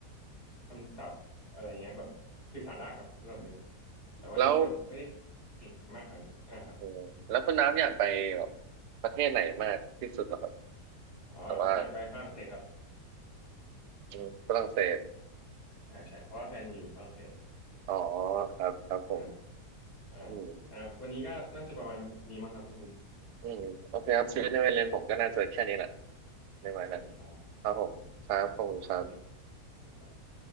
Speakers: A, on the left (about 75°); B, on the right (about 80°).
A: คำศัพท์อะไรเงี้ยแบบสื่อสารได้ครับระดับหนึ่งแต่ว่ายังไม่ได้แบบไม่ได้
B: แล้ว
A: เก่งมากขนาดนั้นอ่าครับ
B: อืมแล้วคุณดามอยากไปแบบประเทศไหนมากที่สุดเหรอครับ
A: อ๋ออยากไปฝรั่งเศสครับ
B: แต่ว่าอืมฝรั่งเศส
A: ใช่ใช่เพราะว่าแฟนอยู่ฝรั่งเศส
B: อ๋อครับครับผม
A: อ่าอ่า
B: อืม
A: อ่าวันนี้ก็น่าจะประมาณนี้มั้งครับคุณภูมิ
B: อืมโอเคครับชีวิตในวัยเรียนผมก็น่าจะแค่นี้แหละในวัยนั้น
A: อ่าครับ
B: ครับผมครับผมครับ
A: ครับประมาณนี้ครับขอบคุณครับ